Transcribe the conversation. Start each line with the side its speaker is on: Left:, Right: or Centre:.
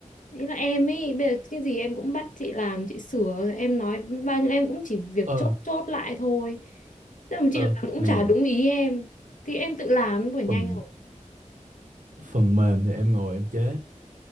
Left: Ý là em ấy, bây giờ cái gì em cũng bắt chị làm, chị sửa, rồi em nói bao nhiêu em cũng chỉ việc
Right: ờ
Left: chốt chốt lại thôi. Thế mà
Right: ờ
Left: chị làm cũng
Right: nè
Left: chả đúng ý em. Thì em tự làm có phải nhanh
Right: phần
Left: không?
Right: phần mềm thì em ngồi em chế